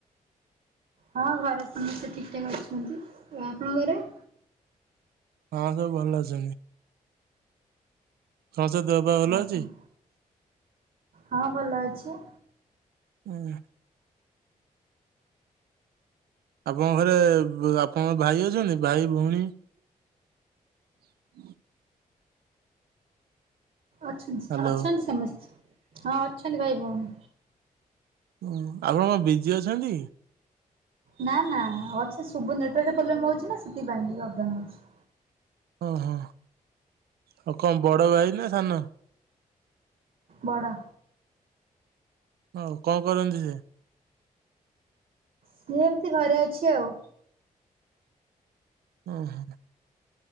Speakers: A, on the right; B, on the right.
A: ହଁ ଘରେ ସମସ୍ତେ ଠିକ ଠାକ୍ ଅଛନ୍ତି ଆଉ ଆପଣଙ୍କ ଘରେ?
B: ହଁ ସବୁ ଭଲ ଅଛନ୍ତି। ସମସ୍ତଙ୍କ ଦେହ ପା ଭଲ
A: ଆଜ୍ଞା
B: ଅଛି?
A: ହଁ ଭଲ ଅଛି।
B: ହୁଁ। ଆପଣଙ୍କ ଘରେ ବୁ ଆପଣଙ୍କ ଭାଇ ଅଛନ୍ତି ଭାଇ ଭଉଣୀ? <inaudible>
A: ଅଛନ୍ତି
B: ହ୍ୟାଲୋ।
A: ଅ ଅଛନ୍ତି ସମସ୍ତେ ହଁ ଅଛନ୍ତି ଭାଇ ଭଉଣୀ।
B: ହଁ ଆପଣ କଣ ବିଜି ଅଛନ୍ତି?
A: ନା ନା ଅଛି ଶୁବୁ ନେଟୱାର୍କ ପ୍ରୋବ୍ଲେମ୍ ହଉଛି ନା ସେଥିପାଇଁ ଅପଡାଉନ ହଉଛି।
B: ଓହୋ ଆଉ କଣ ବଡ ଭାଇ ନା ସାନ।
A: ବଡ଼।
B: ହଉ କଣ କରନ୍ତି ସେ?
A: ସିଏ ଏମିତି ଘରେ ଅଛି ଆଉ।
B: ଓ ହଁ।